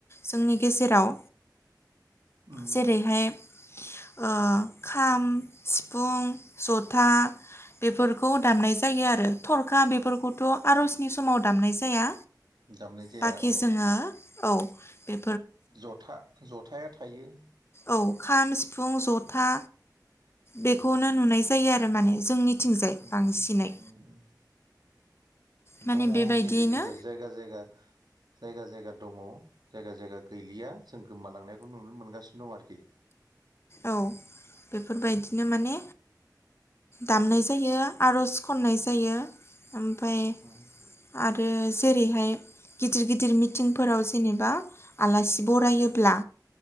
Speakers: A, on the left; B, on the right.
A: जोंनि गेजेराव।
B: उम
A: जेरैहाय ओ खाम सिफुं जथा बेफोरखौ दामनाय जायो आरो थरखा बेफोरखौथ' आर'जनि समाव दामनाय जाया।
B: दामनाय जाया
A: बाखि
B: ओहो।
A: जोङो औ बे।
B: जथा जथाया थायो।
A: औ खाम सिफुं जथा बेखौनो नुनाय जायो आरो माने जोंनिथिंजाय
B: उम
A: बांसिनै।
B: उम उम
A: माने
B: दङ
A: बेबायदियैनो
B: गेजेर गेजेर जायगा जायगा जायगा जायगा दङ। जायगा जायगा गैलिया जों गोमालांनायखौ नुनो मोनगासिनो दं आरोखि।
A: औ बेफोरबायदिनो माने दामनाय जायो आर'ज खन्नाय जायो ओमफ्राय
B: उम
A: आथ रो जेरैहाय गिदिर गिदिर मिथिंफोराव जेनेबा आलासि बरायोब्ला